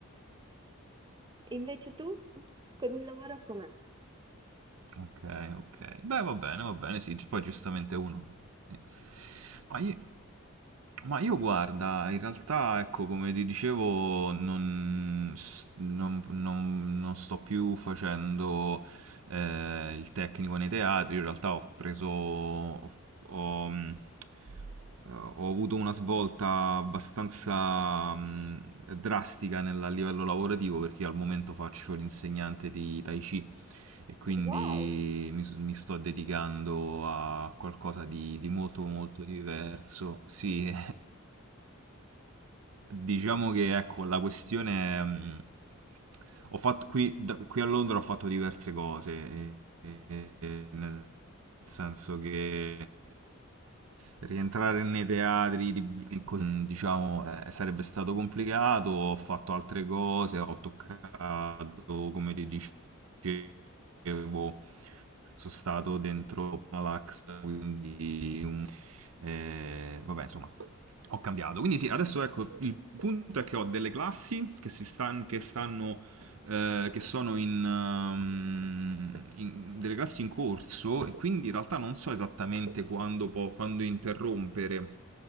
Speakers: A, on the right; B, on the right.
A: E invece tu con il lavoro com'è?
B: Ok, ok. Beh, va bene, va bene, sì, gi- poi giustamente uno. Sì. Ma io, ma io guarda, in realtà, ecco, come ti dicevo, non, s- non- non- non sto più facendo eh, il tecnico nei teatri, io in realtà ho preso... ho- ho, mh, eh, ho avuto una svolta abbastanza mh, drastica nel- a livello lavorativo perché io al momento faccio l'insegnante di Tai Chi e quindi
A: Wow!
B: mi, s- mi sto dedicando a qualcosa di, di molto molto diverso. Sì, Diciamo che ecco, la questione... mh, Ho fatto, qui, da- qui a Londra ho fatto diverse cose, e- e- nel senso che rientrare nei teatri, di- in cos- diciamo, eh, sarebbe stato complicato, ho fatto altre cose, ho toccato, come ti dicevo, sono stato dentro Malax, quindi eh, vabbè, insomma, ho cambiato. Quindi sì, adesso ecco, il punto è che ho delle classi che, si stan- che stanno eh, che sono in, ehm, in- delle classi in corso e quindi in realtà non so esattamente quando, po- quando interrompere,